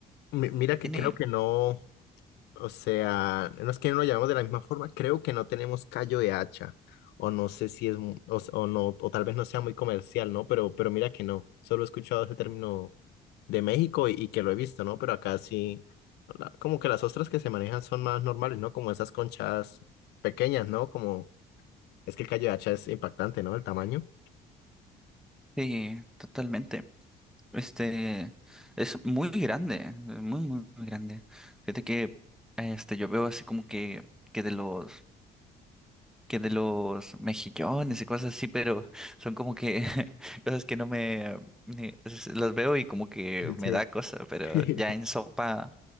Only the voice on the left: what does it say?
Mi- Mira que
creo que no, O sea, no es que no lo llamemos de la misma forma, creo que no tenemos callo de hacha, o no sé si es, mu- o, s- o no, o tal vez no sea muy comercial, ¿no? Pero, pero mira que no, solo he escuchado ese término de México y, y que lo he visto, ¿no? Pero acá sí, la- como que las ostras que se manejan son más normales, ¿no? Como esas conchas pequeñas, ¿no? Como, es que el callo de hacha es impactante, ¿no? El tamaño.
Sí.
<laughs>